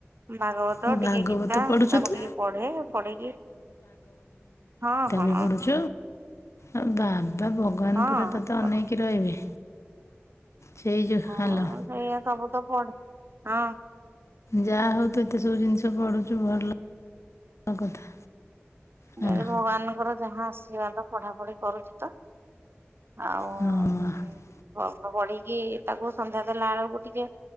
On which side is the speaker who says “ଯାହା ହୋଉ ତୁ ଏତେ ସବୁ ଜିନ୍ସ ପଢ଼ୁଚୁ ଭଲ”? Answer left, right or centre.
Left